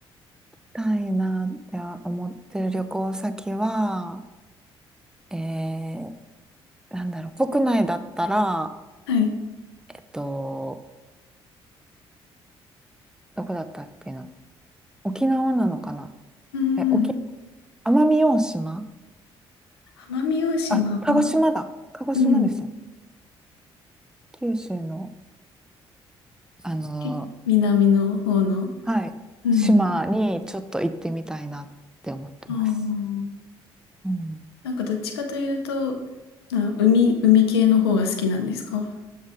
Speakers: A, in the centre; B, on the left.
A: たいなって思ってる旅行先は、えー、なんだろう、国内だったら、
B: はい。
A: えっと、どこだったっけな。沖縄なのかな。
B: うん。
A: え、沖、奄美大島
B: 奄美大島は、
A: あ、鹿児島だ。鹿児島ですよね
B: うん。
A: 九州の、あの、
B: け南の方の、
A: はい、
B: うん。
A: 島にちょっと行ってみたいなって思ってます。
B: ああ、
A: うん、
B: なんか、どっちかというと、な海、海系の方が好きなんですか